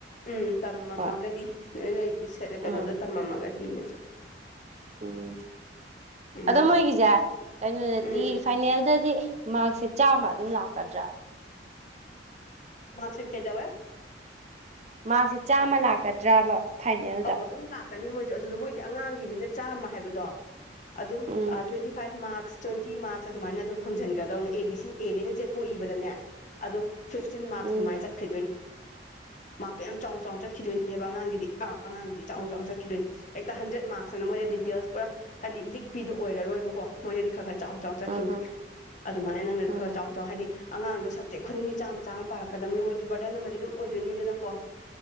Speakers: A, on the left; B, on the right.
A: ꯎꯝ ꯇꯝꯃꯝꯃꯥꯒꯥꯗꯤ
B: ꯍꯣꯏ
A: ꯅꯣꯏ ꯅꯣꯏꯒꯤ ꯀꯩꯅꯣꯗꯥ
B: ꯎꯝ
A: ꯇꯝꯃꯝꯃꯥꯒꯥꯗꯤ <unintelligible>
B: ꯎꯝ
A: ꯎꯝ
B: ꯑꯗꯣ ꯃꯣꯏꯒꯤꯁꯦ ꯀꯩꯅꯣꯗꯥꯗꯤ
A: ꯎꯝ
B: ꯐꯥꯏꯅꯦꯜꯗꯥꯗꯤ ꯃꯥꯛꯁꯦ ꯆꯥꯝꯃ ꯑꯗꯨꯝ ꯂꯥꯛꯀꯥꯗ꯭ꯔꯥ
A: ꯃꯥꯛꯁꯤꯠ ꯀꯩꯗꯧꯋꯦ
B: ꯃꯥꯛꯁꯦ ꯆꯥꯝꯃ ꯂꯥꯛꯀꯗ꯭ꯔꯕ ꯐꯥꯏꯅꯦꯜꯗ
A: ꯑꯧ ꯑꯗꯨꯝ ꯂꯥꯛꯀꯅꯤ ꯃꯣꯏꯁꯨ ꯑꯗꯨꯗꯣ ꯃꯣꯏꯗꯤ ꯑꯉꯥꯡꯒꯤꯅꯤꯅ ꯆꯥꯝꯃ ꯍꯥꯏꯕꯗꯣ ꯑꯗꯨꯝ
B: ꯎꯝ
A: twenty five marks twenty marks ꯑꯗꯨꯃꯥꯏꯅ ꯑꯗꯨꯝ ꯍꯪꯖꯟꯒꯥꯗꯧꯅꯦ ꯑꯦ ꯕꯤ ꯁꯤ ꯑꯦꯗꯩꯅ ꯖꯦꯠ ꯄꯣꯛꯏꯕꯗꯅꯦ ꯑꯗꯨꯝ ꯐꯤꯐꯇꯤꯟ ꯃꯥꯔꯛꯁ
B: ꯎꯝ
A: ꯑꯗꯨꯃꯥꯏꯅ ꯆꯠꯈꯤꯗꯣꯏꯅꯤ ꯃꯥꯔꯛꯇꯣ ꯌꯥꯝ ꯆꯥꯎꯅ ꯆꯥꯎꯅ ꯆꯠꯈꯤꯗꯣꯏꯅꯦꯕ ꯑꯉꯥꯡꯒꯤꯗꯤ ꯑꯥꯎ ꯑꯉꯥꯡꯒꯤꯗꯤ ꯆꯥꯎ
B: ꯎꯝ
A: ꯆꯥꯎ ꯆꯠꯈꯤꯗꯣꯏꯅꯤ ꯍꯦꯛꯇꯥ ꯍꯟꯗ꯭ꯔꯦꯗ ꯃꯥꯔꯛꯁꯅ ꯃꯣꯏꯗ
B: ꯎꯝ
A: ꯗꯤꯇꯦꯜꯁ ꯄꯨꯔꯥ ꯍꯥꯏꯗꯤ ꯂꯤꯛꯄꯤꯗꯣ ꯑꯣꯏꯔꯔꯣꯏꯕꯀꯣ ꯃꯣꯏꯗꯗꯤ ꯈꯔ ꯈꯔ ꯆꯥꯎꯅ ꯆꯥꯎꯅ ꯆꯠꯈꯤꯅꯤ
B: ꯎꯝ ꯎꯝ
A: ꯑꯗꯨꯃꯥꯏꯅ ꯅꯪꯅꯁꯨ
B: ꯎꯝ
A: ꯈꯔ ꯆꯥꯎꯅ ꯆꯥꯎ ꯍꯥꯏꯗꯤ ꯑꯉꯥꯡꯗꯣ ꯁꯞꯖꯦꯛ ꯈꯨꯗꯤꯡꯒꯤ ꯆꯥꯝ ꯆꯥꯝꯃ ꯄꯥꯔꯛꯀꯥꯗꯕꯅꯤ ꯃꯣꯏꯗꯨ ꯕꯔꯗꯟ ꯑꯃꯗꯤ ꯑꯗꯨꯝ ꯑꯣꯏꯗꯣꯏꯅꯤꯗꯅꯀꯣ